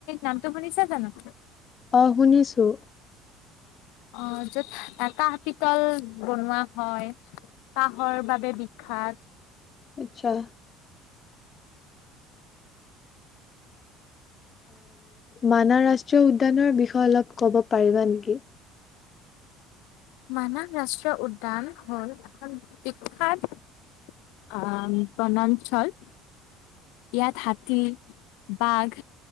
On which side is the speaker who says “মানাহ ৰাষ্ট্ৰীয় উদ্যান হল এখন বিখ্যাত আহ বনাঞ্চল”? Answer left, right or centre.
Left